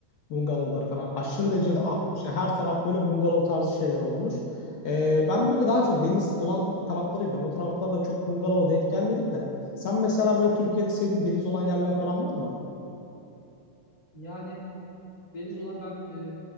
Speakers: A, on the left; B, on the left.
A: bungalovları falan aşırı
B: evet.
A: derecede artmış. Yani Her taraf böyle bungalov tarzı şeyler olmuş. Ee, ben böyle daha çok deniz olan taraflara gidiyorum. O taraflarla çok bungalova denk gelmedim de. Sen mesela böyle Türkiye'de sevdiğin deniz olan yerler falan var mı?
B: Yani deniz olan ben e,